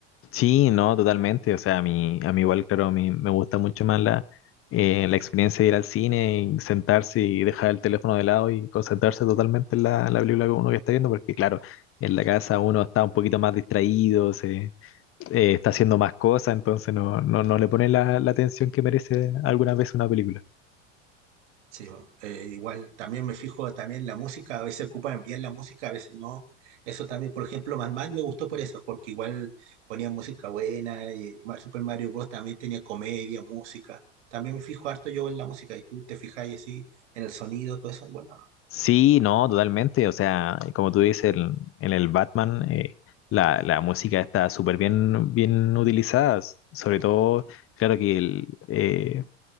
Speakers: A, on the left (about 40°); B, on the right (about 80°).
A: Sí, no, totalmente. O sea, a mí, a mí igual, claro, a mí me gusta mucho más la, eh, la experiencia de ir al cine y sentarse y dejar el teléfono de lado y concentrarse totalmente en la, la película que uno que está viendo, porque claro, en la casa uno está un poquito más distraído, se, eh, está haciendo más cosas, entonces no, no, no le pone la, la atención que merece algunas veces una película.
B: Sí, bo. Eh, igual también me fijo también la música, a veces ocupan bien la música, a veces no. Eso también, por ejemplo, Madman me gustó por eso, porque igual ponían música buena y Mar- Super Mario Bros. también tenía comedia, música. También me fijo harto yo en la música y tú te fijáis así en el sonido, todo eso. Bueno,
A: Sí, no, totalmente. O sea, como tú dices, el- en el Batman eh, la, la música está súper bien, bien utilizada.
B: ah, bueno.
A: S- Sobre
B: eh,
A: todo, claro que el, eh,